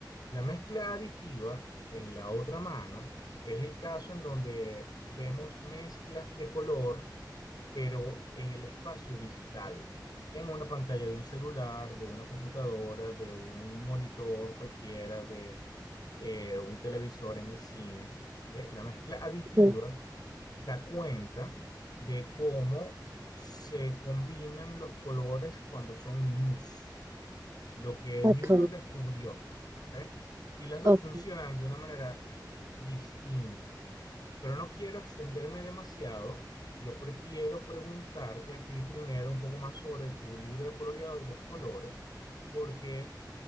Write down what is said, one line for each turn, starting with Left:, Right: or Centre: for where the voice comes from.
Left: La mezcla aditiva, en la otra mano, es el caso en donde vemos mezclas de color, pero en el espacio digital, en una pantalla de un celular, de una computadora, de un monitor cualquiera, de eh, un televisor en el cine. ¿ok? La mezcla aditiva
Right: sí,
Left: da cuenta de cómo se combinan los colores cuando son luz, lo que
Right: ok,
Left: Newton descubrió. ¿ok? Y las dos
Right: ok.
Left: funcionan de una manera distinta. Pero no quiero extenderme demasiado. Yo prefiero preguntarte a ti primero un poco más sobre tu libro de coloreado y los colores, porque